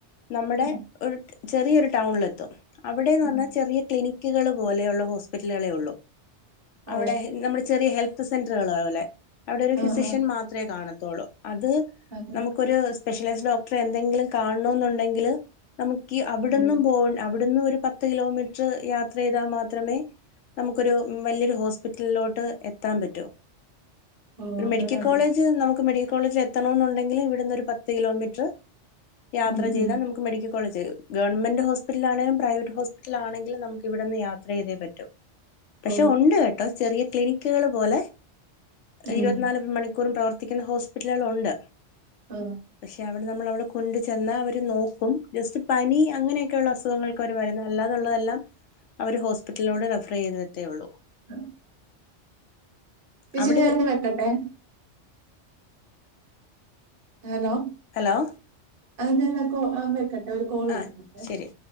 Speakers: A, on the left; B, on the right.
A: നമ്മുടെ
B: ഉം
A: ഒരു ചെറിയൊരു ടൗണിലെത്തും അവിടെന്ന്
B: ഉം
A: പറഞ്ഞാ ചെറിയ ക്ലിനിക് ക്ക്കൾ പോലെയൊള്ള ഹോസ്പിറ്റല്കളെ ഒള്ളു
B: ഓ
A: അവിടെ നമ്മളെ ചെറിയ ഹെൽ ത്ത് സെന്ററുകള് പോലെ അവിടെ ഒരു
B: ആഹ്
A: ഫിസിഷ്യൻ മാത്രമേ കാണത്തൊള്ളൂ അത്
B: അത്
A: പ്പൊരു സ്പെഷ്യലൈസ് ഡോക്ടർ എന്തെങ്കിലും കാണണോന്നുണ്ടെങ്കില് നമുക്കീ അവിട്ന്നും
B: ഉം
A: പോ അവിടുന്ന് ഒരു പത്ത് കിലോമീറ്ററ് യാത്ര ചെയ്താ മാത്രമേ നമുക്കൊരു ഉം വലിയൊരു ഹോസ് റ്റലിലോട്ട് എത്താൻ പറ്റൂ
B: ഓ
A: ഒരു
B: അങ്ങനെ
A: മെഡിക്കൽ
B: ഉണ്ടല്ലേ
A: കോളേജ് നമു നമുക്ക് മെഡിക്കൽ കോളേജിൽ എത്തണോന്നൊണ്ടെങ്കില് ഇവിടുന്ന് പത്ത് കിലോമീറ്റർ യാത്ര
B: ഉം
A: ചെയ്താ
B: ഉം
A: നമു ക്ക് മെഡിക്കൽ കോളജ് ഗവൺെന്റ് ഹോസ്പിറ്റൽ ആണേലും പ്രൈവറ്റ് ഹോസ്പിറ്റലാണങ്കിലും നമുക്ക് ഇവിടുന്ന് യാത്ര ചെയ്തേ പറ്റു പക്ഷെ
B: ഓ
A: ഒണ്ട് കേട്ടോ ചെറിയ ക്ലിനിക്കുകൾ പോലെ
B: ഉം
A: ഇരുപത്തിനാല് മണിക്കൂറും പ്രവർത്തി ത്തിക്കുന്ന ഹോസ്പിറ്റലുകൾ ഒണ്ട്
B: ആഹ്
A: പക്ഷെ അവിടെ നമ്മള് അവിടെ കൊണ്ട ചെന്നാ അവര് നോക്കും ജസ്റ്റ് പനി അങ്ങനെയൊക്കെയുള്ള അസ് <unintelligible> അല്ലാതുള്ളതെല്ലാം അവര് ഹോസ്പിറ്റലിലൂടെ റഫർ ചെയ്തത്തേള്ളൂ
B: <unintelligible> ചേച്ചി
A: അവിടെ
B: ഞാനെന്ന വെക്കട്ടെ. ഹലോ
A: ഹലോ
B: ആഹ് ഞാന് കോള് വെക്കട്ടെ ഒരു കോൾ
A: ആ
B: വരുന്നുണ്ടേ
A: ശരി